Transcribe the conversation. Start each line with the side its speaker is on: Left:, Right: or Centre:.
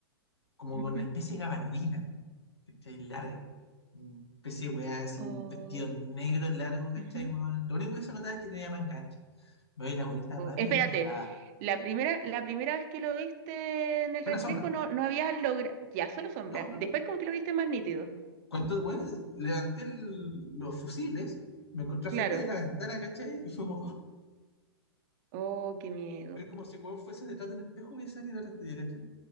Left: como
Right: ujú.
Left: con una especie de gabardina, ¿cachai? Larga. Una especie de weá así,
Right: oh,
Left: un vestido negro largo, ¿cachai,
Right: ujú.
Left: weón? Lo único que se notaba es que tenía manga ancha. Me doy la vuelta
Right: Oh.
Left: rápido
Right: Espérate,
Left: y no había nada.
Right: la primera, la primera vez que lo viste en el
Left: Fue
Right: reflejo
Left: una sombra.
Right: no, no habías logrado, ya solo sombra,
Left: No, no,
Right: después
Left: no.
Right: como que lo viste más nítido,
Left: Cuando, bueno, levanté el- los fusiles, me encontré
Right: claro.
Left: frente de la ventana, ¿cachai? Y fue como, <gasps> ¡oh!
Right: Oh, qué miedo.
Left: ver como si weón fuese detrás de un espejo hubiese alguien atrás tuyo, ¿cachai?